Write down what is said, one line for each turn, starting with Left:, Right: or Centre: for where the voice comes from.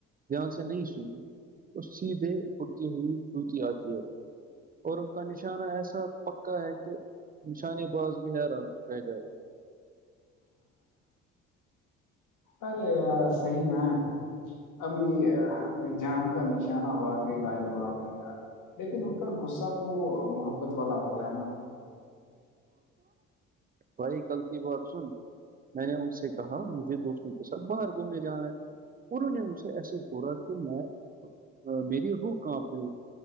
Right: دھیان سے نہیں سنی تو سیدھے اٹتے ہوئی وتی آتی ہے اور ان کا نشانہ ایسا پکا ہے کہ نشانے باز بھی حیران رہ جائے
Left: ارے صحی میں امی جان کا نشانہ واقعی لاجواب ہے ار لیکن ان کا غصہ تو محبت والا ہوتا ہے نا
Right: وہی کلتی بات سن میں نے کہا مجھے دوستوں کے ساتھ باہر گھومنے جا رہا ہے انہوں نے مجھ سے ایسے گورا کہ میں ا میری وہ کاں پئی <unintelligible>